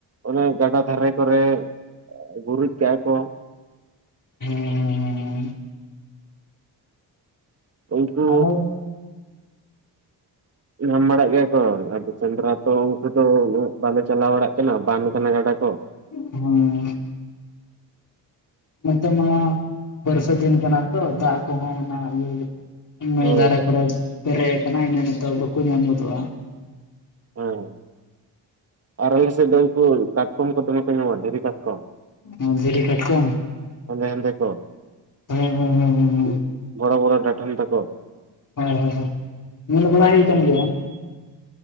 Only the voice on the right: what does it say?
ᱚᱱᱮ ᱜᱟᱰᱟ ᱫᱷᱟᱨᱮ ᱠᱚᱨᱮ ᱵᱩᱨᱩᱡ ᱠᱟᱜ-ᱟ ᱠᱚ
ᱩᱱᱠᱩ
ᱧᱟᱢ ᱵᱟᱲᱟᱜ ᱜᱮᱭᱟ ᱠᱚ ᱟᱫᱚ ᱥᱮᱸᱫᱽᱨᱟ ᱛᱚ ᱩᱱᱠᱩ ᱫᱚ ᱩᱱᱟᱹᱜ ᱵᱟᱞᱮ ᱪᱟᱞᱟᱣ ᱵᱟᱲᱟᱜ ᱠᱟᱱᱟ ᱵᱟᱱ ᱠᱟᱱᱟ ᱜᱟᱰᱟ ᱠᱚ᱾
ᱦᱳᱭ
ᱦᱮᱸ ᱟᱨ ᱟᱞᱮ ᱥᱮᱫ ᱫᱚ ᱩᱱᱠᱩ ᱠᱟᱴᱠᱚᱢ ᱠᱚ ᱫᱚᱢᱮ ᱠᱚ ᱧᱟᱢᱚᱜ-ᱟ ᱫᱷᱤᱨᱤ ᱠᱟᱴᱠᱚᱢ
ᱦᱮᱸᱫᱮ ᱦᱮᱸᱫᱮ ᱠᱚ
ᱵᱚᱲᱚ ᱵᱚᱲᱚ ᱰᱟᱴᱚᱢ ᱛᱟᱠᱚ